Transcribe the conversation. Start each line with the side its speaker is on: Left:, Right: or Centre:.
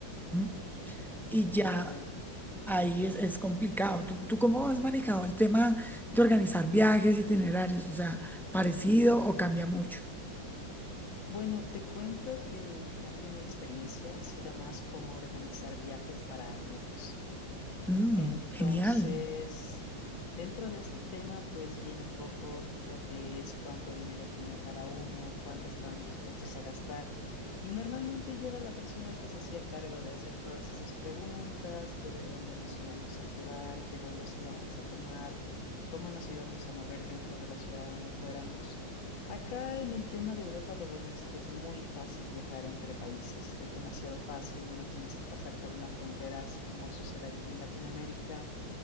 Centre: ¿m?
Left: Mm,
Centre: Y ya
Left: ya veo.
Centre: ahí es, es complicado. ¿Tú, tú cómo has manejado el tema de organizar viajes, itinerarios? O sea, parecido o cambia mucho.
Left: Bueno, te cuento que en cambio en mi experiencia ha sido más como organizar viajes para amigos.
Centre: Mm,
Left: Entonces,
Centre: genial.
Left: dentro de este tema, pues viene un poco lo que es cuánto dinero tiene cada uno, cuánto están dispuestos a gastar. Y normalmente yo era la persona que se hacía cargo de hacer todas esas preguntas, de ver dónde nos íbamos a quedar, qué vuelos íbamos a tomar, cómo nos íbamos a mover dentro de la ciudad donde fuéramos. Acá en el tema de Europa, lo bueno es que es muy fácil viajar entre países, es demasiado fácil, no tienes que pasar por una frontera así como sucede aquí en Latinoamérica,